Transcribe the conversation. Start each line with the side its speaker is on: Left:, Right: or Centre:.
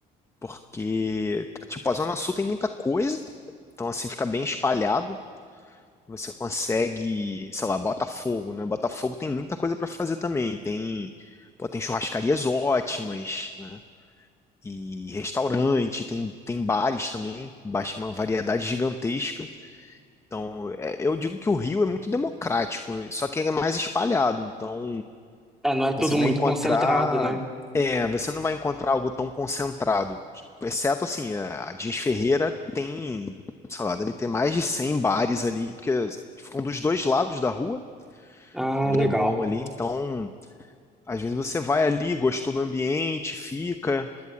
Left: Porque, tipo, a Zona Sul tem muita coisa, então, assim, fica bem espalhado. Você consegue, sei lá, Botafogo, né? Botafogo tem muita coisa para fazer também. Tem, pô, tem churrascarias ótimas, né? E restaurante, tem, tem bares também, baixa uma variedade gigantesca. Então, é- eu digo que o Rio é muito democrático, só que ele é mais espalhado. Então,
Centre: É, não é tudo
Left: você vai
Centre: muito
Left: encontrar,
Centre: concentrado, né?
Left: é, você não vai encontrar algo tão concentrado. Exceto assim, a Dias Ferreira tem sei lá, deve ter mais de 100 bares ali, porque ficam dos dois lados da rua,
Centre: Ah,
Left: no Leblon
Centre: legal.
Left: ali. Então, às vezes você vai ali, gostou do ambiente, fica